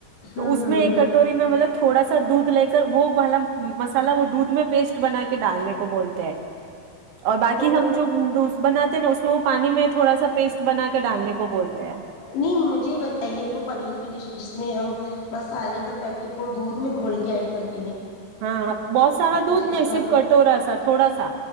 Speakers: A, on the left; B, on the right.
A: ہوں
B: تو اس
A: ہوں
B: میں ایک
A: ہوں
B: کٹوری میں مطلب تھوڑا دودھ لے کر وہ والا مصالحہ وہ دودھ میں پیسٹ بنا کے ڈالنے کو بولتے ہیں اور باقی
A: تو
B: ہم جو بناتے ہیں نا اس میں وہ پانی میں تھوڑا سا پیسٹ بنا کے ڈالنے کو بولتے ہیں
A: نہیں مجھے بتائیے جو پنیر کی جس میں ہم مصالحے کا پیکٹ کو دودھ میں گھول کے ایڈ کر دیں
B: ہاں بہت سارا دودھ
A: اس
B: نسب کٹ ہو رہا ہے ساتھ تھوڑا سا